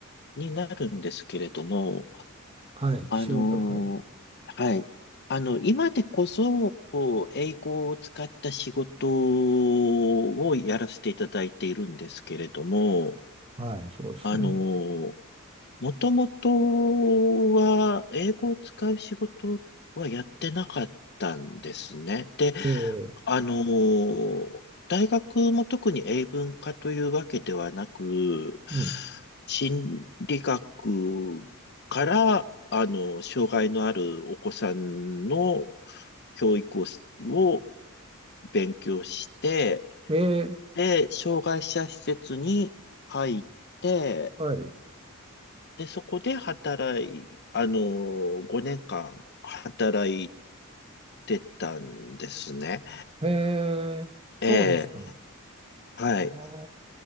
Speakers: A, on the left; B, on the right.
A: になるんですけれども、
B: はい、
A: あの、
B: 仕事、はい。
A: はい、あの、今でこそ、こう、英語を使った仕事をやらせていただいているんですけれども、
B: はい、そうですね。
A: あの、もともとは、英語を使う仕事はやってなかったんですね。で、
B: えー、
A: あのー、大学も特に英文科というわけではなく、
B: うん。
A: 心理学から、あの、障害のあるお子さんの教育をしを勉強して、
B: えー、
A: で、障害者施設に入って、
B: はい。
A: で、そこで働い、あの、5年間働いてたんですね。
B: えー、そうでした。
A: ええ、
B: あ
A: はい。
B: ー